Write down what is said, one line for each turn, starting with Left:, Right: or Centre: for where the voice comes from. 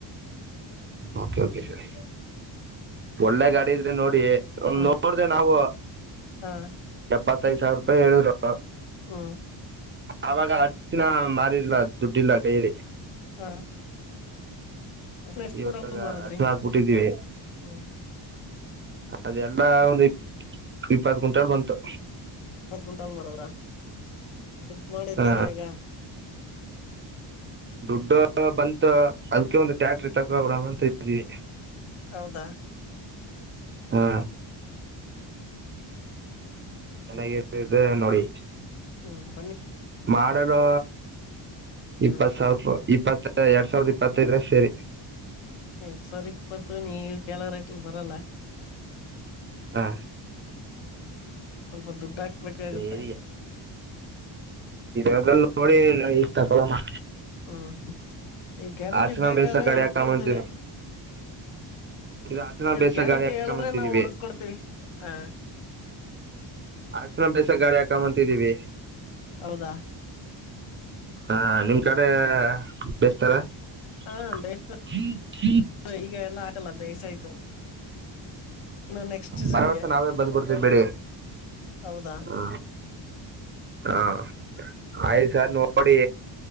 Right: ಓಕೆ ಓಕೆ ಸರ್. ಒಳ್ಳೆ ಗಾಡಿ ಇದ್ರೆ ನೋಡಿ. ಒ
Left: ಹ್ಮ್
Right: ನೋಡ್ದ ನಾವು
Left: ಹಾ
Right: ಎ ಪತ್ತೈದು ಸಾವಿರ ರೂಪಾಯಿ ಏಳುದ್ರು.
Left: ಹೂಂ.
Right: ಆವಾಗ ಅರ್ಚಿನ ಮಾರಿಲ್ಲ ದುಡ್ಡಿಲ್ಲ ಕೈಯಲ್ಲಿ.
Left: ಹಾ ಅ ಎಷ್ಟಕೊಂಡ
Right: ಇವಾಗ
Left: <unintelligible> ಮಾರದ್ರಿ
Right: ಅರ್ಶಿನ ಹಾಕ್ಬಿಟ್ಟಿದೀವಿ
Left: ಹೂಂ
Right: ಅದೆಲ್ಲಾ ಒಂದು ಇಪ್ಪತು ಗುಂಟೆ ಬಂತು.
Left: ಹತ್ ಕುಂಟಾಲ್ ಮಾರುದ್ರೆ ದುಡ್ ಮಾಡಿದ್ದೀರಾ
Right: ಹಾ
Left: ಈಗ.
Right: ದುಡ್ಡು ಬಂತು, ಅದ್ಕೆ ಒಂದು ಟ್ರಾಕ್ಟರ್ ತಗೊಳೋಣ ಅಂತ ಇದ್ವಿ.
Left: ಹೌದಾ
Right: ಹಾ ಚೆನ್ನಾಗೆ ಇರ್ತದೆ ನೋಡಿ.
Left: ಹೂಂ
Right: ಮಾಡಲೋ
Left: ಹ್ಮ್
Right: ಇಪ್ಪತ್ತು ಸಾವ್ರ ರುಪಾಯಿ. ಇಪ್ಪತ್ತ ಎರಡು ಸಾವಿರದ ಇಪ್ಪತ್ತೈದು ಇದ್ರೆ ಸರಿ.
Left: ಎರಡು ಸಾವಿರದ ಇಪ್ಪತ್ತು ನೀವು ಕೇಳೋ ರೇಟ್ ಅಲ್ಲಿ ಬರಲ್ಲ.
Right: ಹಾ
Left: ಸ್ವಲ್ಪ ದುಡ್ಡಾಕಿ. ಬೇಕಾಗುತ್ತೆ.
Right: ಸೇರಿ ಇದನ್ ನೋಡಿ ಇಲ್ ತಗಳೊಮಾ.
Left: ಹೂಂ ಈಗ್ ಗ್ಯಾರಂಟಿ
Right: ಅರ್ಶನ
Left: ಬೇಕಾದ್ರೆ
Right: ಬೇಸ ಗಾಡಿ
Left: ಹಿಡುದ್
Right: ಹಾಕೊಂಬಂತೀವಿ
Left: ಕೊಡ್ತಿವಿ.
Right: ಇದು ಅರ್ಶನ
Left: ನೀವ್
Right: ಬೇಸ
Left: ಗ್ಯಾರಂಟಿ
Right: ಗಾಡಿ
Left: ಹೇಳುದ್ರೆ
Right: ಹಾಕೊಂಬಂತಿದೀವಿ
Left: ನಾವ್ ಹೊಡುಸ್ಕೊಡ್ತೀವಿ. ಆ
Right: ಆ <unintelligible> ಗಾಡಿ ಹಾಕೊಂಡ್ ಬಂದಿದಿವಿ.
Left: ಹೌದಾ
Right: ಆ ನಿಮ್ ಕಡೆ ಬೆಸ್ಟ್ ಅಲ. <inaudible>
Left: ಹಾ ಬೇಯ್ತ ಈಗ ಎಲ್ಲ ಆಗಲ್ಲ ಬೇಯ್ಸಾಯ್ತು ಇನ್ನು ನೆಕ್ಸ್ಟ್ ಸೀಸನ್ಗೆ
Right: ಬರೋ ಅಷ್ಟ್ರಲ್ ನಾವೇ ಬಂದ್ಬಿಡ್ತಿವಿ ಬಿಡಿ
Left: ಹೌದಾ
Right: ಅ ಅ ಅ. ಅಯ್ ಸರ್ ನೋಡಿ.